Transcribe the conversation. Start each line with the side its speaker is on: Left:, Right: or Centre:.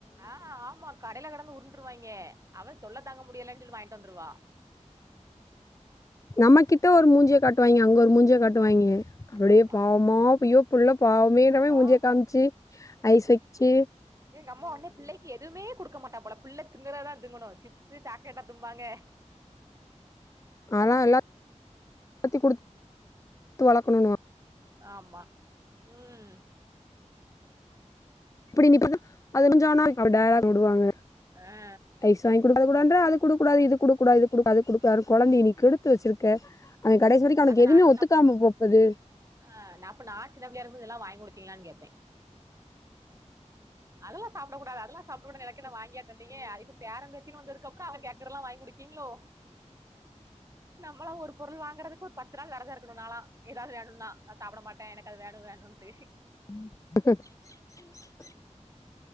Right: ஆஹ் ஆமா கடையில கடந்து உருண்டுருவாய்ங்க அவ தொல்ல தாங்க முடியலைன்னு சொல்லி வாங்கி தந்துருவா
Left: நம்ம கிட்ட ஒரு மூஞ்சிய காட்டுவாய்ங்க அங்க ஒரு மூஞ்சிய காட்டுவாய்ங்க அப்டே
Right: ஆமா
Left: பாவமா ஐயோ புள்ள
Right: ம்
Left: பாவமேன்றமே
Right: பாவோ
Left: முஞ்சிய காம்ச்சு
Right: ம்
Left: ஐஸ்
Right: ம்
Left: வச்சி
Right: எங்க அம்மா ஒட்னே புள்ளைக்கு எதுமே கொடுக்க மாட்டா போல புள்ள திங்குறதா திங்கணு சிப்ஸ் சாக்லேட்டா திம்பாங்க
Left: அதா எல் <inaudible> தியு குடுத் <inaudible> து வளக்கணு
Right: ஆமா ம்
Left: இப்டி நீ பண்ணா அது கொஞ்சோ அது டயலாக் உடுவாங்க
Right: ஆ
Left: ஐஸ் வாங்க் கொடுக்கடது அது கொடுக்கூடாது இது கொடுக்கூடாது
Right: ம்
Left: கொழந்தைய நீ‌ கெடுத் த்து வச்சிருக்க அவ கடைசி
Right: ஆமா
Left: வரைக்கு அவனுக்கு
Right: அத நா
Left: எதுமே
Right: சின்னப்போ
Left: ஒத்துக்காம போப்போது
Right: ஆ அப்ப நா சின்னப்பிளையா இருக்கும் போது இதல்லா வாங்கி குடுத்தீங்களான்னு கேப்பே அதெல்லா சாப்டக் கூடது அதல்லா சாப்ட கூடாது எனக்கென்ன வாங்கியா தந்தீங்க அது இப்ப பேர பேத்தினு வந்ததுக்கு அப் அ கேக்றல்லா வாங்கி குடுக்கீங்களோ நம்மளா ஒரு பொருள் வாங்குறதுக்கு ஒரு பத்து நாள் வெரதோ இருக்கணு நாலா எதாவது வேணுன்னா சாப்ட மாட்ட எனக்கு அது வேணு வேணுனு பேசிக்
Left: <inaudible>